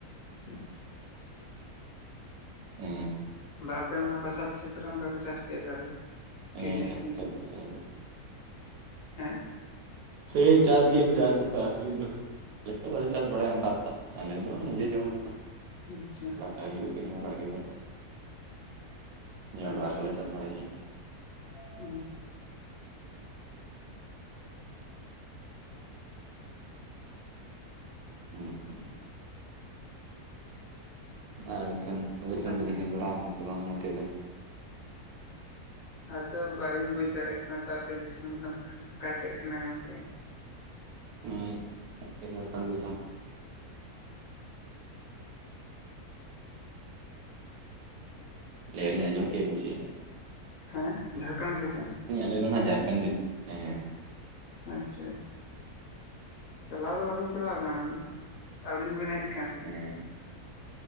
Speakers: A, on the left; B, on the right.
A: ᱟᱪᱪᱷᱟ᱾
B: ᱦᱮᱸ᱾
A: ᱟᱯᱮ ᱚᱱᱟ ᱯᱟᱥᱟᱯᱟᱥᱤ ᱠᱚᱨᱮ ᱚᱱᱠᱟ ᱠᱚ ᱪᱟᱥ ᱜᱮᱭᱟ ᱛᱟᱦᱚᱞᱮ
B: ᱦᱮᱸ
A: ᱠᱤᱨᱤᱧ
B: ᱪᱟᱥ
A: ᱟᱹᱠᱷᱨᱤᱧ
B: ᱜᱮᱭᱟ
A: ᱞᱟᱹᱜᱤᱫ
B: ᱠᱚ ᱪᱟᱥ ᱫᱚ
A: ᱦᱮᱸ᱾
B: ᱦᱮᱸ ᱪᱟᱥ ᱜᱮᱭᱟ ᱠᱚ ᱪᱟᱥ ᱫᱚ ᱟᱹᱠᱷᱨᱤᱧ ᱵᱟᱠᱷᱨᱟ᱾ ᱟᱞᱮ ᱫᱚ ᱵᱟᱞᱮ ᱪᱟᱥ ᱵᱟᱲᱟᱭᱟ ᱚᱱᱠᱟ ᱫᱚ ᱟᱞᱮ ᱫᱚ ᱱᱤᱡᱮ ᱡᱮᱢᱚᱱ
A: ᱟᱪᱪᱷᱟ᱾
B: <inaudible> ᱡᱚᱱᱰᱨᱟ
A: ᱟᱪᱪᱷᱟ
B: ᱠᱚᱞᱮ
A: ᱟᱪᱪᱷᱟ
B: ᱪᱟᱥ ᱵᱟᱲᱟᱭ ᱜᱮᱭᱟ
A: ᱦᱩᱸ᱾
B: ᱦᱩᱸ ᱦᱩᱸ᱾ ᱟᱨ ᱮᱱᱠᱷᱟᱱ ᱟᱞᱮ ᱫᱤᱥᱚᱢ
A: ᱛᱟᱦᱞᱮ
B: ᱫᱚᱵᱤᱱ ᱦᱮᱡ ᱵᱟᱲᱟ ᱠᱟᱱᱟ ᱥᱮ ᱵᱟᱝ ᱱᱚᱛᱮ ᱫᱚ᱾
A: ᱟᱫᱚ ᱵᱟᱞᱤᱧ ᱵᱩᱡ ᱫᱟᱲᱮᱭᱟᱜ ᱠᱟᱱᱟ ᱛᱚ ᱟᱯᱮ ᱫᱤᱥᱚᱢ ᱫᱚ ᱚᱠᱟ ᱥᱮᱫ ᱠᱟᱱᱟ ᱜᱚᱝᱠᱮ᱾
B: ᱦᱩᱸᱢ <inaudible> ᱡᱷᱟᱨᱠᱷᱚᱱᱸᱰ ᱫᱤᱥᱚᱢ ᱞᱟᱹᱭ ᱟᱹᱞᱤᱧ ᱟᱸᱡᱚᱢ ᱠᱮᱜᱼᱟ ᱵᱤᱱ ᱪᱮ
A: ᱦᱮᱸ ᱡᱷᱟᱲᱠᱷᱚᱸᱰ ᱫᱤᱥᱚᱢ᱾
B: ᱞᱟᱹᱭ ᱜᱟᱱᱚᱜ-ᱟ ᱡᱷᱟᱲᱠᱷᱚᱸᱰ ᱫᱤᱥᱚᱢ᱾ ᱦᱮᱸ
A: ᱟᱪᱪᱷᱟ ᱪᱟᱞᱟᱣ ᱫᱚ ᱵᱟᱹᱞᱤᱧ ᱪᱟᱞᱟᱣ ᱟᱠᱟᱱᱟ ᱟᱹᱵᱤᱱ ᱵᱤᱱ ᱦᱮᱡ <inaudible>
B: ᱦᱮᱸ